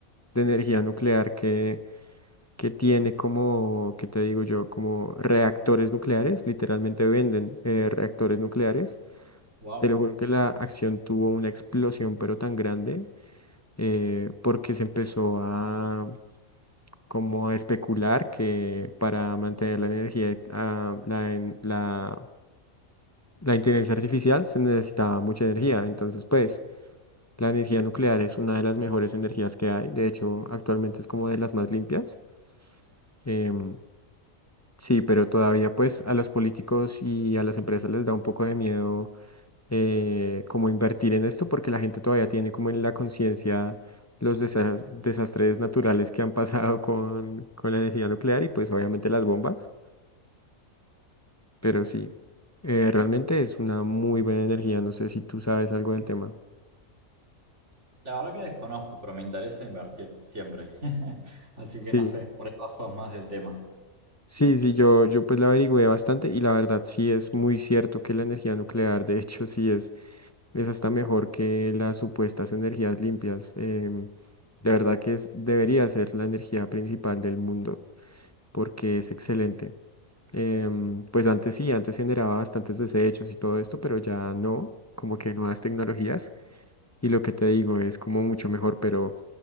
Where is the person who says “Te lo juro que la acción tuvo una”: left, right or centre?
Left